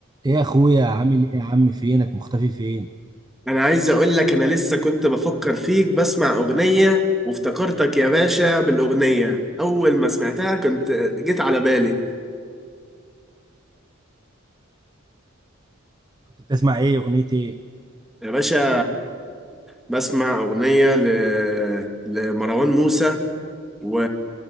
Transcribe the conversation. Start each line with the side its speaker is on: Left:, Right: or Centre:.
Right: ايه يا اخويا عامل ايه يا عم فينك مختفي فين
Centre: انا عايز اقول لك انا لسه كنت بفكر فيك بسمع اغنية وافتكرتك يا باشا بالاغنية اول ما سمعتها كنت جيت على بالي
Right: كنت بتسمع ايه اغنية ايه
Centre: يا باشا بسمع اغنية ل... لمروان موسى و...